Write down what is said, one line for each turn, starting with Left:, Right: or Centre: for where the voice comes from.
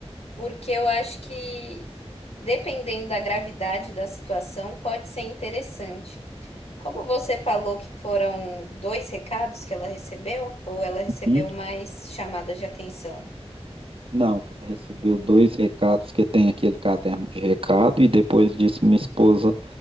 Left: porque eu acho que, dependendo da gravidade da situação, pode ser interessante. Como você falou que foram dois recados que ela recebeu, ou ela recebeu
Right: Hum?
Left: mais chamadas de atenção?
Right: Não, recebeu dois recados que tem aquele caderno de recado, e depois disso minha esposa